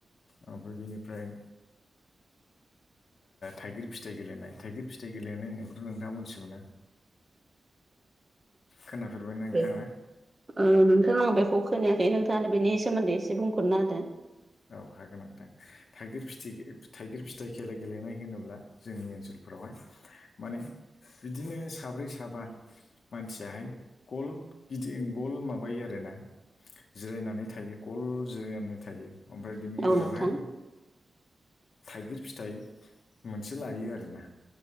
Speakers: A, on the left; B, on the right.
A: ओमफ्राय बेनिफ्राय थाइगिर फिथाइ गेलेनाय थाइगिर फिथाइ गेलेनाय होननायखौथ' नोंथाङा मोनथिगौ ना खोनाफेरबाय नोंथाङा
B: अे <unintelligible> नोंथांनं बेखौ खोनायाखै नोंथाङा बेनि सोमोन्दै एसे बुंफोरना होदो
A: औ हागोन नोंथां थाइगिर फिथि थाइगिर फिथाइ खेला गेलेनाय होनोब्ला जोंनि ओनसोलफोरावहाय माने बिदिनो साब्रै साबा मानसियाहाय गल गिदिं गल माबायो आरोना जिरायनानै थायो गल जिरायनानै थायो ओमफ्राय बिनि गेजेरावहाय
B: औ नोंथां
A: थाइगिर फिथाइ मोनसे लायो आरोना